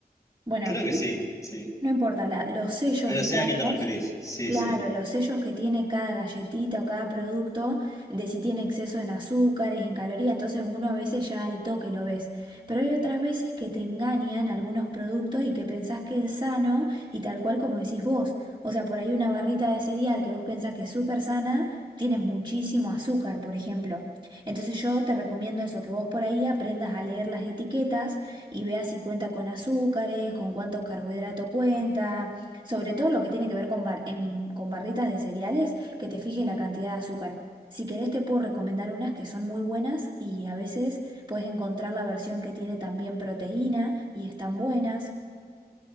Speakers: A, on the right (about 30°); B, on the left (about 20°).
A: bueno,
B: creo que sí, sí.
A: no importa, la- los sellos,
B: Pero
A: digamos.
B: sé a qué te referís, sí,
A: Claro,
B: sí.
A: los sellos que tiene cada galletita o cada producto, de si tiene exceso en azúcares, en calorías, entonces uno a veces ya al toque lo ves. Pero hay otras veces que te engañan algunos productos y que pensás que es sano y tal cual como decís vos. O sea, por ahí una barrita de cereal que vos pensás que es súper sana, tiene muchísimo azúcar, por ejemplo. Entonces yo te recomiendo eso, que vos por ahí aprendas a leer las etiquetas y veas si cuenta con azúcares, con cuántos carbohidratos cuenta. Sobre todo lo que tiene que ver con, bar- em, con barritas de cereales, que te fijes la cantidad de azúcar. Si querés te puedo recomendar unas que son muy buenas y a veces puedes encontrar la versión que tiene también proteína y están buenas.